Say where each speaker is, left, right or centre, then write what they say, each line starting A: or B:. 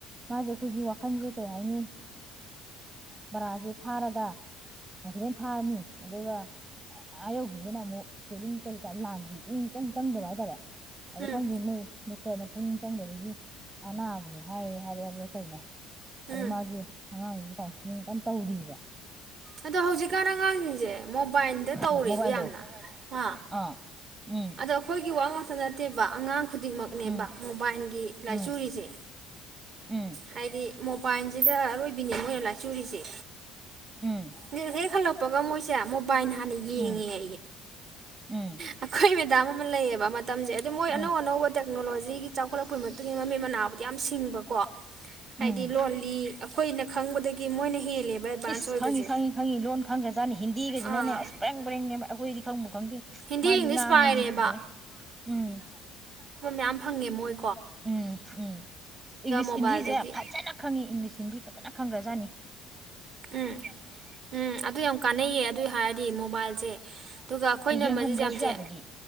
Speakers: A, on the right; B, on the right.
A: ꯃꯥꯁꯦ ꯑꯩꯈꯣꯏꯒꯤ ꯋꯥꯈꯟꯁꯦ ꯀꯩ ꯍꯥꯏꯅꯤ ꯄꯔꯥꯁꯦ ꯐꯥꯔꯒꯗ ꯐꯥꯔꯅꯤ ꯑꯗꯨꯒ ꯑꯥ ꯌꯧꯈꯤꯕꯗꯨꯅ ꯑꯃꯨꯛ ꯏꯁꯄꯦꯂꯤꯡ ꯀꯩ ꯂꯥꯟꯗꯤ ꯄꯨꯨꯡꯅꯤꯡ ꯏꯆꯪ ꯆꯪꯗꯕ ꯍꯥꯏꯇꯥꯔꯦ ꯑꯗꯨ
B: ꯎꯝ
A: ꯈꯪꯗꯦ ꯃꯣꯏ ꯅ ꯄꯨꯛꯅꯤꯡ ꯆꯪꯗꯕꯒꯤ ꯑꯅꯥꯕꯅꯤ ꯍꯥꯏꯌꯦ ꯍꯥꯏꯔꯛꯑꯦ ꯍꯥꯏꯕ꯭ꯔꯥ ꯀꯩꯅꯣ ꯑꯗ
B: ꯎꯝ
A: ꯃꯥꯁꯨ ꯑꯉꯥꯡꯁꯨ ꯀꯥꯎꯁ ꯀꯩꯝ ꯇꯧꯗꯔꯤꯕ
B: ꯑꯗꯣ ꯍꯧꯖꯤꯛꯀꯥꯟ ꯑꯉꯥꯡꯁꯤꯡꯁꯦ ꯃꯣꯕꯥꯏꯜꯗ ꯇꯧꯔꯦꯕ
A: ꯎꯝ ꯃꯣꯕꯥꯏꯜꯗꯣ
B: ꯌꯥꯝꯅ ꯑ
A: ꯑꯥ ꯎꯝ
B: ꯑꯗ ꯑꯩꯈꯣꯏꯒꯤ ꯋꯥꯍꯪ ꯇ ꯅꯠꯇꯦꯕ ꯑꯉꯥꯡ ꯈꯨꯗꯤꯡꯃꯛꯅꯦꯕ
A: ꯎꯝ
B: ꯃꯣꯕꯥꯏꯜꯒꯤ ꯂꯥꯏꯆꯨꯔꯤꯁꯦ
A: ꯎꯝ ꯎꯝ
B: ꯍꯥꯏꯗꯤ ꯃꯣꯕꯥꯏꯜꯁꯤꯗ ꯑꯔꯣꯏꯕꯤꯅꯦ ꯃꯣꯏꯅ ꯂꯥꯏꯆꯨꯔꯤꯁꯦ
A: ꯎꯝ
B: ꯍ ꯈꯜꯂ ꯃꯣꯏꯁꯦ ꯃꯣ ꯕꯥꯥꯏ ꯍꯥꯟꯅ ꯌꯦꯡꯉꯦꯌꯦ
A: ꯎꯝ ꯎꯝ
B: ꯑꯩꯈꯣꯏ ꯃꯦꯗꯥꯝ ꯂꯩꯌꯦꯕ ꯄꯇꯝꯖꯩ ꯑꯗꯣ ꯃꯣꯏ
A: ꯎꯝ
B: ꯑꯅꯧ ꯑꯅꯧꯕꯗ ꯇꯦꯛꯅꯣꯂꯣꯖꯤꯒꯤ ꯆꯥꯎꯈꯠꯂꯛꯄꯒꯤ ꯃꯇꯨꯡ ꯏꯟꯅ ꯃꯃꯤꯠ ꯃꯅꯥꯕꯨꯗꯤ ꯌꯥꯝ ꯁꯤꯡꯕꯀꯣ ꯍꯥꯏꯗꯤ
A: ꯎꯝ
B: ꯂꯣꯂꯤ ꯑꯩꯈꯣꯏꯅ ꯈꯪꯕꯗꯒꯤ ꯃꯣꯏꯅ ꯍꯦꯜꯂꯦꯕ ꯑꯗꯨ ꯑꯦꯗꯚꯥꯟꯁ
A: ꯏꯁ
B: ꯑꯣꯏꯕꯁꯦ
A: ꯈꯪꯉꯤ ꯈꯪꯉꯤ ꯈꯪꯉꯤ ꯂꯣꯟ ꯈꯪꯒꯔꯖꯥꯠꯅꯤ ꯍꯤꯟꯗꯤꯒꯁꯤꯅꯅꯦ
B: ꯑꯥ
A: ꯑꯁ ꯕꯔꯦꯡ ꯕꯔꯦꯡꯅꯤꯕ ꯑꯩꯈꯣꯏꯗꯤ ꯈꯪꯕꯨ ꯈꯪꯗꯦ
B: ꯍꯤꯟꯗꯤ
A: ꯃꯥꯗꯤ
B: ꯏꯪꯂꯤꯁ
A: ꯉꯥꯡꯉꯤ
B: ꯄꯥꯏꯔꯦꯕ
A: ꯍꯤꯟꯗꯤ ꯐꯖꯅ ꯎꯝ
B: ꯌꯥꯝ ꯐꯪꯉꯦ ꯃꯣꯏ
A: ꯎꯝ ꯎꯝ ꯏꯪꯂꯤꯁ
B: ꯃꯣꯕꯥꯏꯜꯗꯒꯤ
A: ꯏꯤꯟꯗꯤꯁꯦ ꯐꯖꯅ ꯈꯪꯉꯤ ꯏꯪꯂꯤꯁ ꯍꯤꯟꯗꯤ ꯐꯖꯅ ꯈꯪꯈ꯭ꯔꯖꯥꯠꯅꯤ
B: ꯎꯝ ꯎꯝ ꯑꯗꯨ ꯌꯥꯝ ꯀꯥꯟꯅꯩꯌꯦ ꯑꯗꯨ ꯍꯥꯏꯔꯗꯤ ꯃꯣꯕꯥꯏꯜꯁꯦ ꯑꯗꯨꯒ ꯑꯩꯈꯣꯏꯅ
A: ꯌꯦꯡꯍꯟꯗ꯭ꯔꯁꯨ
B: ꯃꯁꯤꯁꯦ ꯌꯥꯝꯁꯦ
A: ꯌꯥꯗꯕꯤ